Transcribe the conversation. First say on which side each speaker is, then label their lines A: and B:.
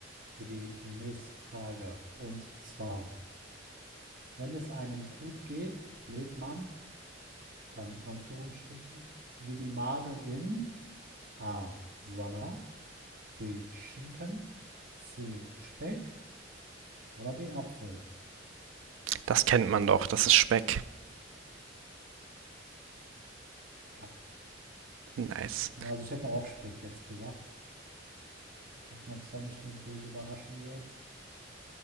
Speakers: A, on the right; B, on the right.
A: für die nächste Frage. Und zwar, wenn es einem gut geht, lebt man, dann Anführungsstrichen, wie die Made im A. Salat. B. Schinken. C. Speck. Oder D. Apfel.
B: Das kennt man doch, das ist Speck.
A: Ja,
B: Nice.
A: gucken wir. Also ich hätte auch Speck jetzt gesagt. Mal gucken, ob es doch nicht eine böse Überraschung wird.